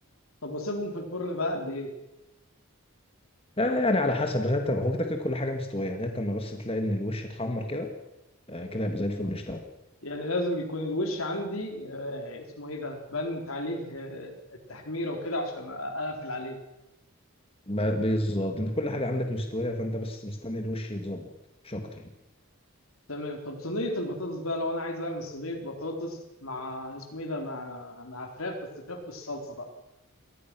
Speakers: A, on the left (about 70°); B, on the left (about 25°).
A: طب واسيبهم في الفرن بقى قد ايه
B: آه، يعني على حسب لغاية ما هو كده كده كل حاجة مستوية لغاية ما بس تلاقي إن الوش اتحمر كده آه، كده يبقى زي الفل
A: آه.
B: اشتغل
A: يعني لازم يكون الوش عندي آه، اسمه ايه ده بنت عليه آه، التحميره وكده عشان اقفل عليه
B: ب- بالظبط انت كل حاجة عندك مستوية فانت بس مستني الوش يتظبط مش أكتر
A: تمام طب صينيه البطاطس بقى لو انا عايز اعمل صينيه بطاطس مع اسمه ايه ده مع مع فراخ بس فراخ بالصلصه بقى